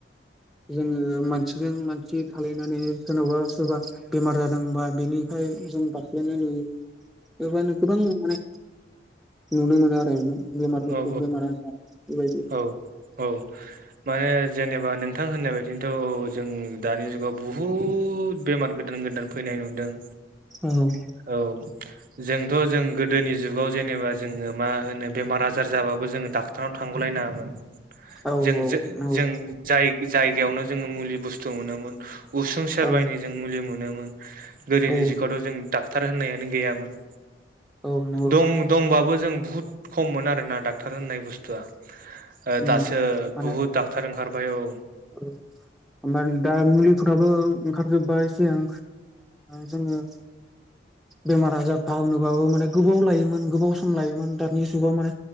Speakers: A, in the centre; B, on the right (about 45°).
A: - जोङो मानसिजों मानसि थालायनानै सोरनावबा सोरबा बेमार जादोंबा बेनिखाय जों बारख्लायनाय नुयो बेवहायनो गोबां माने नुनो मोनो आरो। बेमारफोरखौ
B: औ
A: बेमार आजार बेबायदि
B: औ औ औ माने जेनेबा नोंथां होननाय बायदिनोथ' औ जों दानि जुगाव बुहुद बेमार गोदान गोदान फैनाय नुदों।
A: औ
B: औ जोंथ' जों गोदोनि जुगाव जेनेबा जोङो मा होनो बेमार आजार जाबाबो जोङो डाक्टारनाव थांगौलाय नङामोन
A: औ
B: जों
A: नंगौ
B: जों जाय जायगायावनो जोङो मुलि बुस्थु मोनोमोन उसुं सेरबायनो
A: औ
B: जों मुलि मोनोमोन गोदोनि
A: औ
B: जुगथ' जों डाक्टार होननायानो गैयामोन
A: औ नंगौ
B: दं दंबाबो जों बुहुद खम मोन आरोना डाक्टर होननाय बुस्थुआ।
A: उम
B: दासो
A: माने
B: बुहुद डाक्टार ओंखारबाय औ
A: औ ओमफ्राय दा मुलिफोराबो ओंखारजोब्बाय सिगां जोङो- बेमार आजार था होनोबाबो माने गोबाव लायोमोन गोबाव सम लायोमोन दानि जुगाव माने